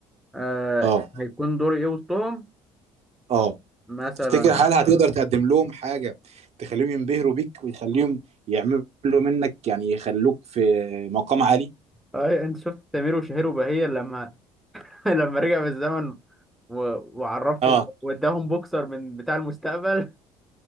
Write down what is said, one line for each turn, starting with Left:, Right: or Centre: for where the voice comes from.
Centre: آه
Right: أه
Centre: هيكون دوري ايه وسطهم
Right: أه
Centre: مثلا
Right: تفتكر هل هتقدر تقدم لهم حاجة تخليهم ينبهروا بيك ويخليهم يعملوا منك يعني يخلوك في مقام عالي؟
Centre: اي انت شفت تامر وشهير وبهية لما <laughs> لما رجع بالزمن و... وعرفه
Right: اه
Centre: واداهم بوكسر من بتاع المستقبل